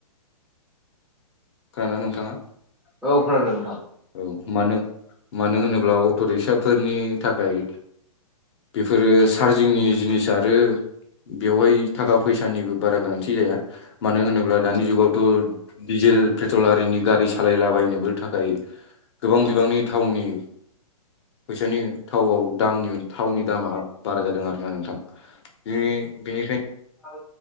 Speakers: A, on the left; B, in the centre.
A: खोनादों‌ना नोंथाङा
B: औ खोनायदों नोंथां
A: औ मानो मानो होनोब्ला अट' रिक्साफोरनि थाखाय बेफोरो चार्जिंनि जिनिस आरो बेवहाय थाखा फैसानिबो बारा गोनांथि जाया मानो होनोब्ला दानि जुगावथ' डिजेल पेट्रल आरारिनि गारि सालायलाबायनोबो थाखाय गोबां बिबांनि थावनि फैसानि थावआव दाम थावनि दामा बारा जादों आरो ना नोंथां बिनि बिनिखायनो
B: औ